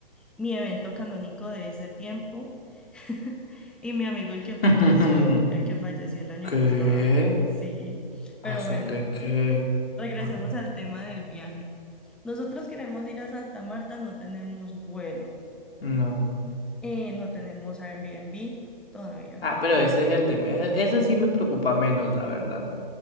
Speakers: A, in the centre; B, on the left (about 80°).
A: mi evento canónico de ese tiempo <laughs> y mi amigo el que falleció,
B: <laughs>
A: el que falleció el año
B: ¿Qué?
A: pasado, sí. Pero
B: ¿A son
A: bueno,
B: de qué?
A: regresemos
B: Ay, no,
A: al tema del viaje. Nosotros queremos ir a Santa Marta, no tenemos vuelo,
B: no.
A: eh, no tenemos Airbnb todavía.
B: Ah, pero ese es el de, me- eso sí me preocupa menos, la verdad.